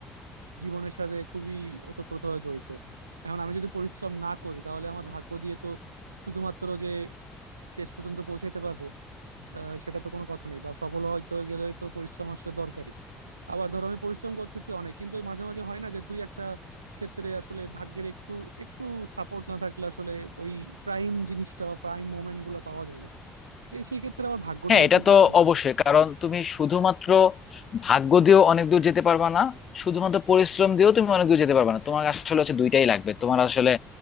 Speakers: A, on the right; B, on the left.
A: জীবনের সাথে খুবই ওতপ্রোতভাবে জড়িত এখন আমি যদি পরিশ্রম না করি তাহলে আমার ভাগ্য দিয়ে তো শুধুমাত্র যে শেষ পর্যন্ত পৌঁছাইতে পারবো আহ, সেটা তো কোনো কথা নেই বা সফল হয়তো গেলে তো পরিশ্রম আসলে দরকারি আবার ধরো আমি পরিশ্রম করতেছি অনেক কিন্তু এই মাঝে মাঝে হয় না যে দুই একটা ক্ষেত্রে আসলে ভাগ্যের একটু একটু সাপোর্ট না থাকলে আসলে ওই প্রাইম জিনিসটা বা প্রাইম মোমেন্ট গুলো পাওয়া যায় না তো এই সেই ক্ষেত্রে আবার ভাগ্যটাও
B: হ্যাঁ এটা
A: একটু গুরুত্বপূর্ণ
B: তো অবশ্যই কারণ তুমি শুধুমাত্র ভাগ্য দিয়েও অনেক দূর যেতে পারবা না শুধুমাত্র পরিশ্রম দিয়েও তুমি অনেক দূর যেতে পারবা না তোমার আসলে হচ্ছে দুইটাই লাগবে তোমার আসলে